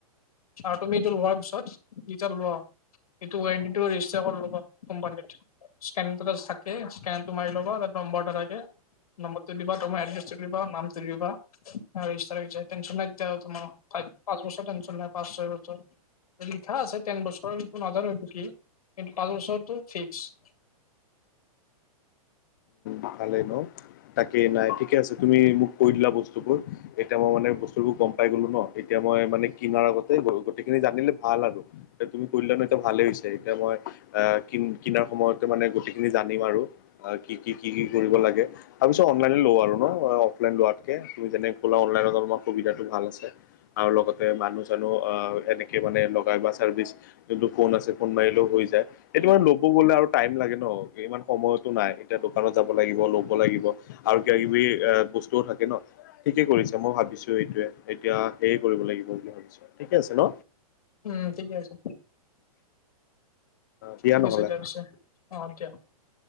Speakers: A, on the left (about 70°); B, on the left (about 30°).
A: চাৰ তমিনটো লোৱাৰ পিছত যেতিয়া লোৱা। এইটো ৰেজিষ্টাৰল কোম্পানীত স্কে থাকে স্কেটো মাৰ ল'ব তাৰ নম্বৰটা থাকে। নম্বৰটো দিব তমাৰ এড্ৰেছটো দিবা নাম াহ তাৰিখ টেনন লাই তোমাৰ পাঁচ বছৰ টন্যন নাই পাঁচ ছয় বছৰ লিখা আছে ন বছৰৰ নাজানো এইটো কি কিন্তু পাঁচ বছৰটো ফিক্স <inaudible>
B: ভালে নো তাকে নাই ঠিকে আছে। তুমি মোক কৈ দিলা বস্তুবোৰ এতিয়া মই মানে বস্তুবোৰ গম পাই গলো ন এতিয়া মই মানে কিনাৰ আগতে গোটেই খিনি জানিলে ভাল আৰু এ তুমি কলানো এতিয়া ভালে হৈছে। এতিয়া মই আহ কিন কিনাৰ সময়তে মানে গোটেইখিনি জানিম আৰু কি কি কি কি কৰিব লাগে। তাৰপিছত অনলাইনে লওঁ আৰু ন অফলাইন লোৱাতকে ত যেনে ক'লা অনলাইনতলাৰ সুবিধাটো ভাল আছে। আৰু লগতে মানুহ চানুহ আহ এনেকে মানে লগাই বা চাৰ্ভিচ যোনটো ফোন আছে। ফোন মাৰিলেও সটো ল'ব গলে আৰু ই লাগে ন ইমান সময়তো নাই এতিয়া দোকানত যাব লাগিব। ল আৰু কিবা কিবি এ বস্তুও থাকে ন ঠিকে কৰিছে মই ভাবিছো এইটোয়ে এতিয়া। হেৰি কৰিব লাগিব বুলি ভাবিছো ঠিকে আছে ন?
A: উম ঠিকে আছে
B: দিয়া
A: ঠিক
B: নহ'লে
A: আছে এতিয়াৰ পিছে অ দিয়া